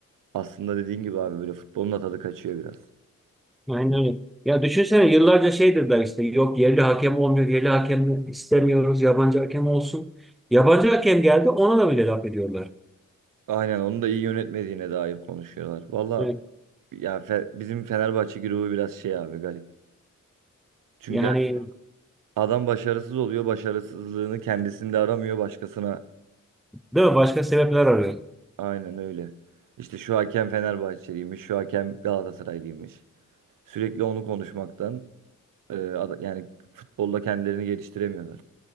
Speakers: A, on the right; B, in the centre.
A: aslında dediğin gibi abi böyle futbolun da tadı kaçıyor biraz.
B: aynen öyle. Ya düşünsene yıllarca şey dediler işte yok yerli hakem olmuyor, yerli hakem istemiyoruz, yabancı hakem olsun. Yabancı hakem geldi ona da bile laf ediyorlar.
A: Aynen onu da iyi yönetmediğine dair konuşuyorlar. Valla
B: Evet.
A: ya Fe- bizim Fenerbahçe grubu biraz şey abi garip. Çünkü
B: Yani
A: Adam başarısız oluyor. Başarısızlığını kendisinde aramıyor başkasına.
B: değil mi? Başka sebepler arıyor.
A: Aynen öyle. İşte şu hakem Fenerbahçeliymiş, şu hakem Galatasaraylıymış. Sürekli onu konuşmaktan e, ada- yani futbolda kendilerini geliştiremiyorlar.